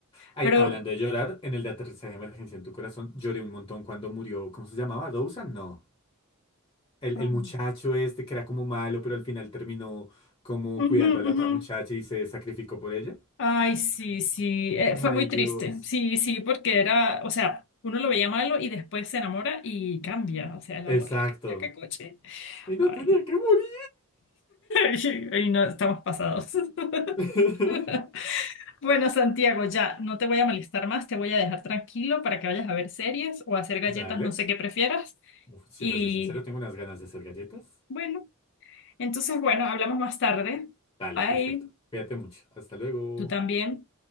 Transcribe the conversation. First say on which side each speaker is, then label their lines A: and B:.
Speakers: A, on the left; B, on the left.
A: Ay,
B: Pero,
A: hablando de llorar, en el de aterrizaje de emergencia en tu corazón, lloré un montón cuando murió. ¿Cómo se llamaba? ¿Dawson? No. El,
B: Ah.
A: el muchacho este que era como malo, pero al final terminó como
B: ujú,
A: cuidando a la
B: ujú.
A: otra muchacha y se sacrificó por ella.
B: Ay, sí, sí, eh,
A: Ay,
B: fue muy triste.
A: Dios.
B: Sí, sí, porque era, o sea, uno lo veía malo y después se enamora y cambia. O sea, el
A: Exacto.
B: amor <laughs> la cambia, qué coche.
A: Y no
B: Ay,
A: tenía que morir.
B: <laughs> ay, no, estamos pasados.
A: <laughs>
B: <laughs> Bueno, Santiago, ya, no te voy a molestar más, te voy a dejar tranquilo para que vayas a ver series o a hacer galletas,
A: Dale.
B: no sé qué prefieras.
A: Uf, si
B: Y
A: te soy sincero, tengo unas ganas de hacer galletas.
B: bueno, entonces, bueno, hablamos más tarde.
A: Dale,
B: Ay,
A: perfecto. Cuídate mucho. Hasta luego.
B: tú también.